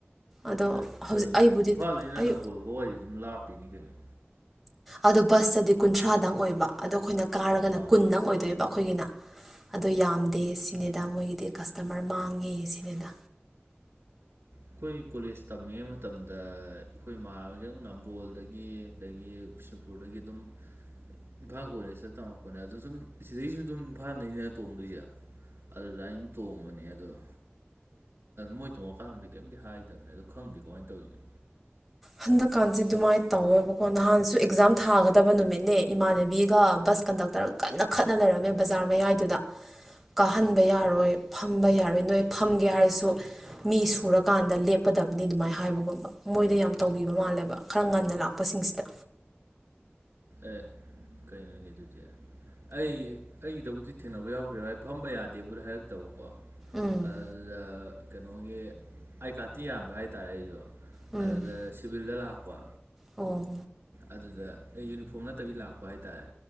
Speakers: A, in the centre; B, on the right.
A: ꯑꯗꯣ
B: ꯑꯦ
A: ꯍꯧꯖꯤꯛ
B: ꯀꯩꯅ
A: ꯑꯩꯕꯨꯗꯤ
B: ꯏꯝꯐꯥꯜꯗꯩꯅ
A: ꯑꯩ
B: ꯅꯝꯕꯣꯜ ꯐꯥꯎꯁꯤ ꯑꯗꯨꯝ ꯂꯥꯞꯄꯤꯅꯤ ꯀꯩꯅꯣ
A: ꯑꯗꯣ ꯕꯁꯇꯗꯤ ꯀꯨꯟꯊ꯭ꯔꯥꯗꯪ ꯑꯣꯏꯕ ꯑꯗꯣ ꯑꯩꯈꯣꯏꯅ ꯀꯥꯔꯒꯅ
B: ꯑꯥ
A: ꯀꯨꯟꯗꯪ ꯑꯣꯏꯗꯣꯏꯕ ꯑꯩꯈꯣꯏꯒꯤꯅ ꯑꯗꯣ ꯌꯥꯝꯗꯦ ꯁꯤꯅꯤꯗ ꯃꯣꯏꯒꯤꯗꯤ ꯀꯁꯇꯃꯔ ꯃꯥꯡꯉꯦ ꯁꯤꯅꯤꯗ
B: ꯑꯩꯈꯣꯏ ꯀꯣꯂꯦꯖ ꯇꯝꯂꯤꯉꯩ ꯃꯇꯝꯗ ꯑꯩꯈꯣꯏ ꯏꯃꯥꯟ ꯍꯧꯁꯛ ꯅꯝꯕꯣꯜꯗꯒꯤ ꯑꯗꯒꯤ ꯕꯤꯁꯅꯨ ꯁ꯭ꯄꯣꯔꯗꯒꯤ ꯑꯗꯨꯝ ꯏꯝꯐꯥꯜ ꯀꯣꯂꯦꯖꯇ ꯇꯝꯃꯛꯄꯅꯦ ꯑꯗꯣ ꯁꯨꯝ ꯁꯤꯗꯩꯁꯨ ꯑꯗꯨꯝ ꯏꯝꯐꯥꯜꯗꯒꯤꯅ ꯇꯣꯡꯗꯣꯏꯁꯦ ꯑꯗꯨꯗ ꯑꯝ ꯇꯣꯡꯕꯅꯦ ꯑꯗꯨꯗꯣ ꯃꯣꯏ ꯇꯣꯡꯉꯀꯥꯟꯗꯗꯤ ꯀꯩꯝꯇ ꯍꯥꯏꯗꯕ ꯑꯗꯣ ꯈꯪꯗꯦ ꯀꯃꯥꯏꯅ ꯇꯧꯤꯅꯤ
A: ꯍꯟꯗꯛꯀꯥꯟꯁꯦ ꯑꯗꯨꯃꯥꯏꯅ ꯇꯧꯋꯦꯕꯀꯣ ꯅꯍꯥꯟꯁꯨ ꯑꯦꯛꯖꯥꯝ ꯊꯥꯒꯗꯕ ꯅꯨꯃꯤꯠꯅꯦ ꯏꯃꯥꯟꯅꯕꯤꯒ ꯕꯁ ꯀꯟꯗꯛꯇꯔ ꯀꯟꯅ ꯈꯠꯅ ꯂꯩꯔꯝꯃꯦ ꯕꯖꯥꯔ ꯃꯌꯥꯏꯗꯨꯗ ꯀꯥꯍꯟꯕ ꯌꯥꯔꯣꯏ ꯐꯝꯕ ꯌꯥꯔꯣꯏ ꯅꯣꯏ ꯐꯝꯒꯦ ꯍꯥꯏꯔꯁꯨ ꯃꯤ ꯁꯨꯔꯀꯥꯟꯗ ꯂꯦꯞꯀꯗꯕꯅꯤ ꯑꯗꯨꯃꯥꯏꯅ ꯍꯥꯏꯕꯒꯨꯝꯕ ꯃꯣꯏꯗ ꯌꯥꯝ ꯇꯧꯕꯤꯕ ꯃꯥꯜꯂꯦꯕ ꯈꯔ ꯉꯟꯅ ꯂꯥꯛꯄꯁꯤꯡꯁꯤꯗ
B: ꯑꯦ ꯀꯩꯅꯣꯍꯦ ꯑꯗꯨꯗꯤ ꯑꯩ ꯑꯩꯗꯕꯨꯗꯤ ꯊꯦꯡꯅꯕ ꯌꯥꯎꯈ꯭ꯔꯦꯕꯚꯥꯏ ꯐꯝꯕ ꯌꯥꯗꯦꯕꯨꯗ ꯍꯥꯏꯔꯛꯇꯕ ꯀꯣ
A: ꯎꯝ
B: ꯑꯗꯨꯗ ꯀꯩꯅꯣꯒꯤ ꯑꯥꯏ ꯀꯥꯔꯇꯤ ꯌꯥꯟꯕ ꯍꯥꯏꯇꯥꯔꯦ ꯑꯩꯁꯨ
A: ꯎꯝ
B: ꯑꯗꯨ ꯁꯤꯚꯜꯗ ꯂꯥꯛꯄ
A: ꯑꯣ
B: ꯑꯗꯨꯗ ꯌꯨꯅꯤꯐꯣꯔꯝ ꯅꯠꯇꯕꯤ ꯂꯥꯛꯄ ꯍꯥꯏꯇꯥꯔꯦ